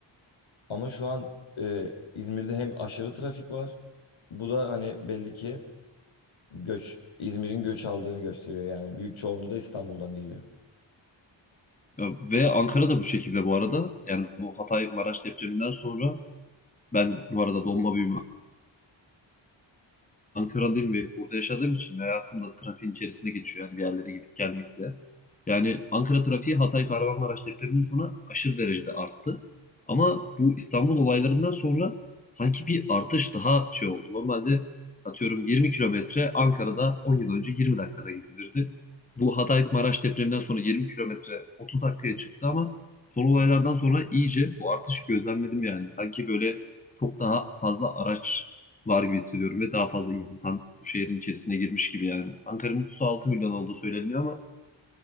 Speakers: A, on the left (about 85°); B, on the left (about 15°).
A: Ama şu an e, İzmir'de hem aşırı trafik var. Bu da hani belli ki göç İzmir'in göç aldığını gösteriyor yani. Büyük çoğunluğu da İstanbul'dan geliyor.
B: Ya Ve Ankara da bu şekilde bu arada. Yani bu Hatay Maraş depreminden sonra ben bu arada doğma büyüme Ankaralıyım ve burada yaşadığım için ve hayatım da trafiğin içerisinde geçiyor. Yani bir yerlere gidip gelmekle. Yani Ankara trafiği Hatay Kahramanmaraş depreminden sonra aşırı derecede arttı. Ama bu İstanbul olaylarından sonra sanki bir artış daha şey oldu. Normalde atıyorum 20 kilometre Ankara'da 10 yıl önce 20 dakikada gidilirdi. Bu Hatay Maraş depreminden sonra 20 kilometre 30 dakikaya çıktı ama son olaylardan sonra iyice bu artış gözlemledim yani. Sanki böyle çok daha fazla araç var gibi hissediyorum ve daha fazla insan bu şehrin içerisine girmiş gibi yani. Ankara'nın nüfusu 6 milyon olduğu söyleniyor ama